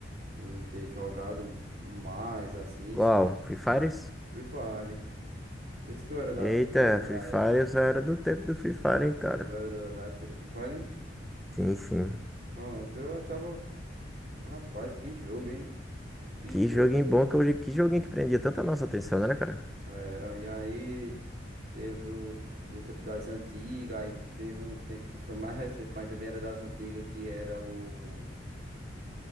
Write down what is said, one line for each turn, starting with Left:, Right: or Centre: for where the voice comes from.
Right: de não ter jogado mais assim,
Centre: Qual?
Right: sabe?
Centre: Free Fires?
Right: Free Fire. Não sei se tu era da,
Centre: Eita,
Right: do- da
Centre: Free Fire,
Right: época.
Centre: eu só era do tempo do Free Fire, hein, cara.
Right: Tu era da, da época do Free Fire?
Centre: Sim, sim.
Right: Pronto, eu achava, rapaz, que jogo, hein? Que
Centre: Que
Right: jogo.
Centre: joguinho bom que hoje. Que joguinho que prendia tanta nossa atenção, né, cara?
Right: Era, e aí teve o, o tempo das antigas, aí teve um tempo que foi mais recente, mas também era das antigas, que era o,